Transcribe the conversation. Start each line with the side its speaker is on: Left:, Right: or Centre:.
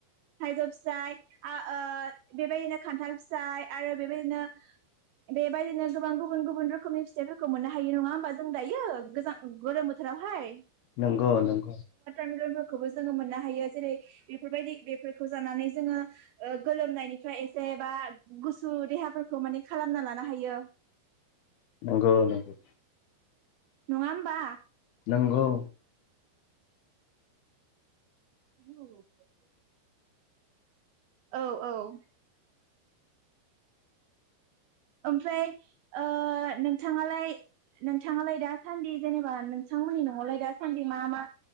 Right: थाइजौ फिथाइ आ ओ बेबायदिनो खान्थाल फिथाइ आरो बेबायदिनो बेबायदिनो गोबां गुबुन गुबुन रोखोमनि फिथाइफोरखौ मोननो हायो नंङा होमबा जों दायो गोजां गोलोम बोथोरावहाय
Left: नोंगौ नोंगौ
Right: बोलोफोरखौबो जोंङो मोननो हायो जेरै बेफोरबायदि बेफोरखौ जानानै जोंङो ओ गोलोमनायनिफ्राय एसे बा गुसु देहाफोरखौ माने खालामना लानो हायो
Left: नोंगौ नोंगौ
Right: नंङा होमबा
Left: नंगौ
Right: औ <unintelligible> औ औ ओमफ्राय ओ नोंथांङालाय नोंथांङालाय दासान्दि जेनेबा नोंथांमोननि न'आवलाय दासान्दि मा मा